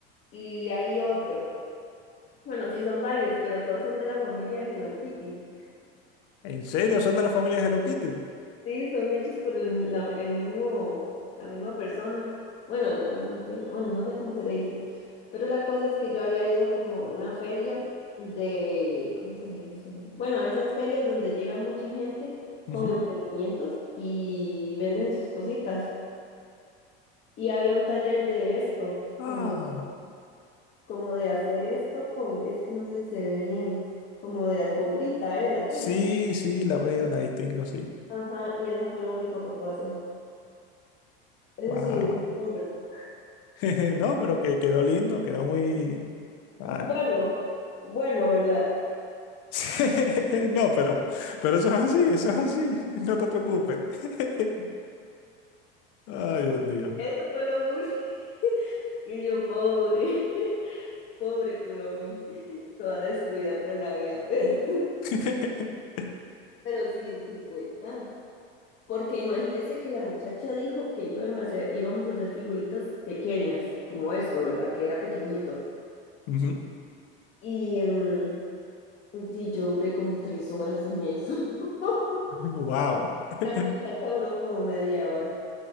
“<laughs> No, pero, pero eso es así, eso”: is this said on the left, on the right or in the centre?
Left